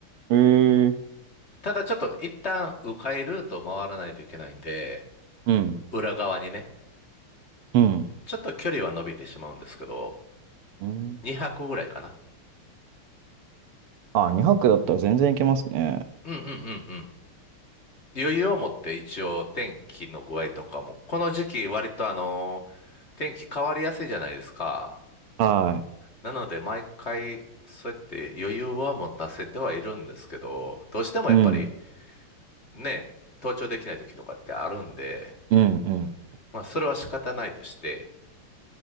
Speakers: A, on the right; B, on the left.
A: えー、
B: ただちょっと一旦迂回ルートを回らないといけないんで、
A: うん、
B: 裏側にね、
A: うん、
B: ちょっと距離は伸びてしまうんですけど、
A: うん。
B: 2泊ぐらいかな。
A: あ、2泊だったら全然いけますね。
B: うんうんうんうん。余裕を持って一応天気の具合とかも、この時期割とあの天気変わりやすいじゃないですか。
A: はい。
B: なので毎回そうやって余裕は持たせてはいるんですけど、どうしてもやっぱり
A: うん、
B: ね、登頂できない時とかってあるんで、
A: うん、うん。
B: まあそれは仕方ないとして、